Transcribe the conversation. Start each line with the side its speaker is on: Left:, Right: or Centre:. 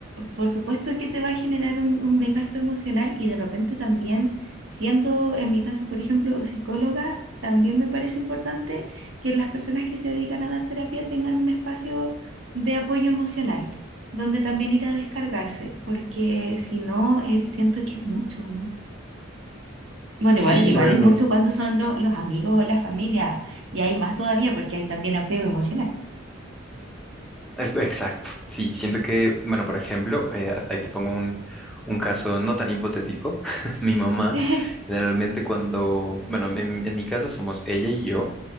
Right: Por supuesto que te va a generar un, un desgaste emocional y de repente también, siendo en mi caso, por ejemplo, psicóloga, también me parece importante que las personas que se dedican a dar terapia tengan un espacio de apoyo emocional, donde también ir a descargarse, porque si no, eh, siento que es mucho, ¿no? Bueno,
Centre: Sí,
Right: igual, igual
Centre: la verdad,
Right: es mucho cuando son lo- los amigos o la familia, y hay más todavía porque hay también apego emocional.
Centre: es- exacto. Sí, siento que, bueno, por ejemplo, eh, a- ahí te pongo un, un caso no tan hipotético. <laughs> Mi mamá,
Right: <laughs>
Centre: generalmente cuando, bueno, en, en mi casa somos ella y yo,